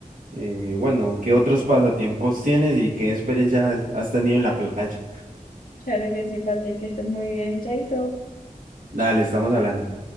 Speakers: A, on the right (about 70°); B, on the left (about 85°).
A: eh, bueno, qué otros pasatiempos tienes y qué experiencias has has tenido en la playa.
B: Claro que sí, Patrick, que estés muy bien, Chaito.
A: Dale, estamos hablando.